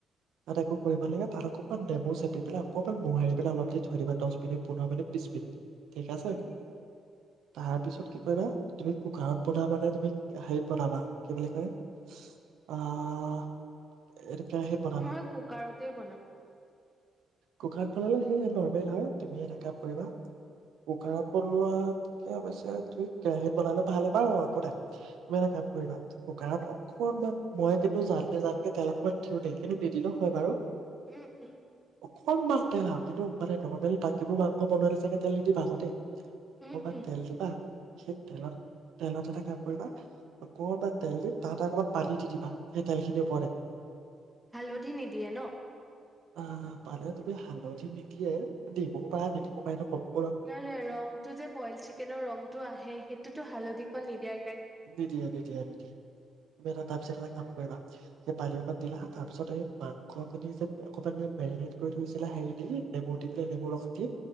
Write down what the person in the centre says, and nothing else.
হয়
মই কুকাৰতে বনাম
উম উম
উম
উম
হালধি নিদিয়ে ন
নাই নাই ৰংটো যে বইল চিকেনৰ ৰংটো আহে সেইটোতো হালধি কোৱা নিদিয়া